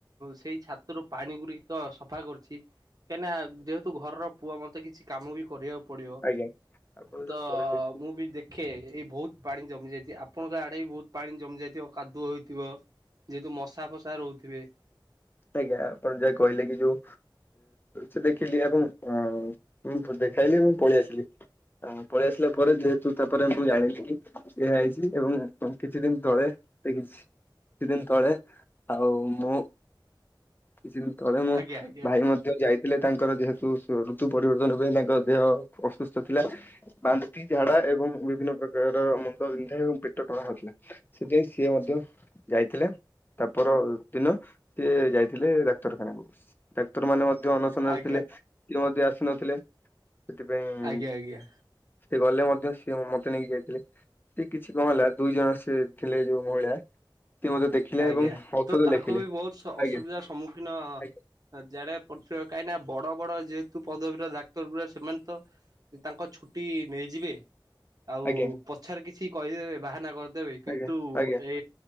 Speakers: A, on the right; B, on the left.
A: ସେଇ ଛାତରୁ ପାଣି ଗୁରିକ ସଫା କରୁଚି। କାହିଁକିନା ଯେ ଘରର ପୁଅ ମୋତେ କିଛି କାମ ବି କରିବାକୁ ପଡିବ।
B: ଆଜ୍ଞା ଆପଣ ଯୋଉ
A: ତ
B: କହିଲେ କି
A: ମୁଁ ବି ଦେଖେ ଏଇ ବହୁତ ପାଣି ଜମି ଯାଇଛି ଆପଣଙ୍କ ଆଡେ ବି ବହୁତ ପାଣି ଜମି ଯାଇଥିବ କାଦୁଅ ହୋଇଥିବ। ଯେହେତୁ ମଶା ଫସା ରହୁଥିବେ
B: ଆଜ୍ଞା ଆପଣ ଯାହା କହିଲେ କି ଯୋଉ ସେ ଦେଖିଲି ଏବଂ ଉମ ଦେଖାଇଲି ଏବଂ ପଳେଇ ଆସିଲି। ଆ ପଳେଇ ଆସିଲା ପରେ ଯେହେତୁ ତାପରେ ମୁଁ ଜାଣିଲି କି ସେ ହେଇ ଏବଂ କିଛି ଦିନ ତଳେ ଦେଖିଛି କିଛି ଦିନ ତଳେ ଆଉ ମୁଁ କିଛି ଦିନ ତଳେ ମୁଁ
A: ଆଜ୍ଞା ଆଜ୍ଞା
B: ଭାଇ ମଧ୍ୟ ଯାଇ ଥିଲେ ତାଙ୍କର ଯେହେତୁ ଋତୁ ପରିବର୍ତ୍ତନ ପାଇଁ ତାଙ୍କ ଦେହ ଅସୁସ୍ଥ ଥିଲା। ବାନ୍ତି, ଝାଡା ଏବଂ ବିଭିନ୍ନ ପ୍ରକାର ମୁଣ୍ଡ ବିିନ୍ଧା ଏବଂ ପେଟଟଣା ହେଉଥିଲା। ସେଥିପାଇଁ ସିଏ ମଧ୍ୟ ଯାଇଥିଲେ ତାପର ଦିନ। ସିଏ ଯାଇଥିଲେ ଡାକ୍ତରଖାନାକୁ। ଡାକ୍ତର ମାନେ ମଧ୍ୟ ଅନଶନରେ
A: ଆଜ୍ଞା
B: ଥିଲେ। ସିଏ ମଧ୍ୟ ଆସି ନଥିଲେ। ସେଥିପାଇଁ
A: ଆଜ୍ଞା ଆଜ୍ଞା।
B: ସେ ଗଲେ ମ ମଧ୍ୟ ସିଏ ମତେ ନେଇକି ଯାଇଥିଲେ। ସେ କିଛି ନ ହେଲା ଦୁଇ ଜଣ ସେ ଥିଲେ ଯୋଉ ମହିଳା ସିଏ ମୋତେ ଦେଖିଲେ
A: ଆଜ୍ଞା
B: ଏବଂ ଔଷଧ
A: ତ ତାଙ୍କୁ
B: ଲେଖିଲେ।
A: ବି ବହୁତ ଅସୁବିଧାର
B: ଆଜ୍ଞା
A: ସମ୍ମୁଖୀନ
B: ଆଜ୍ଞା
A: ଜାଡେ ପଡୁଥିବ କାହିଁକିନା ବଡ ବଡ଼ ଯେହେତୁ ପଦବୀର ଡାକ୍ତର ଗୁଡା ସେମାନେ ତ ତାଙ୍କ ଛୁଟି ନେଇଯିବେ। ଆଉ
B: ଆଜ୍ଞା
A: ପଛରେ କିଛି କହିଦେବେ ବାହାନା କରିଦେବେ। କିନ୍ତୁ
B: ଆଜ୍ଞା ଆଜ୍ଞା
A: ଏ